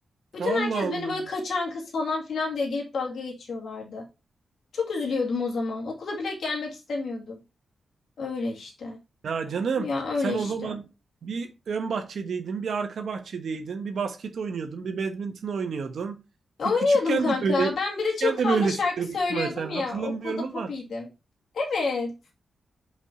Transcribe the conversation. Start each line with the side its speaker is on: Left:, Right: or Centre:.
Left: Bütün
Right: Allah
Left: herkes
Right: Allah.
Left: beni böyle kaçan kız falan filan diye gelip dalga geçiyorlardı. Çok üzülüyordum o zaman. Okula bile gelmek istemiyordum. Öyle işte.
Right: Ya canım
Left: Ya öyle
Right: sen
Left: işte.
Right: o zaman bir ön bahçedeydin, bir arka bahçedeydin, bir basket oynuyordun, bir badminton oynuyordun.
Left: E,
Right: Ta
Left: oynuyordum
Right: küçükken
Left: kanka.
Right: de böyle, küçükken
Left: Ben bir de çok fazla
Right: de böylesidir
Left: şarkı söylüyordum
Right: büyük ihtimal sen.
Left: ya.
Right: Hatırlamıyorum
Left: Okulda
Right: ama
Left: popiydim. Evet,